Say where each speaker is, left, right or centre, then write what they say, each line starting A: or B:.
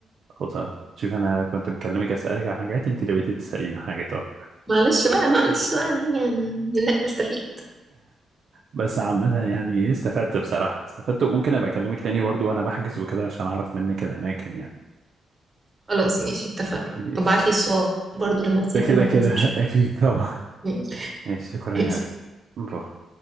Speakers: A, on the right; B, on the right.
A: خطر شوف أنا كنت مكلمك أسألك عن حاجات أنت اللي بقيتي تسأليني عن حاجات أه
B: معلش بقى معلش بقى يعني انا منك نستفيد
A: بس عامة يعني إيه، استفدت بصراحة استفدت وممكن أبقى أكلمك تاني برضه وأنا بحجز وكده عشان أعرف منك الأماكن يعني
B: خلاص ماشي اتفقنا
A: ماشي.
B: وبعت لي الصور برضو لما تسافر
A: ده كده
B: ما
A: كده
B: تنساش
A: <laughs> أكيد طبعا
B: ماشي
A: ماشي شكرا
B: ماشي
A: يا عارف نروح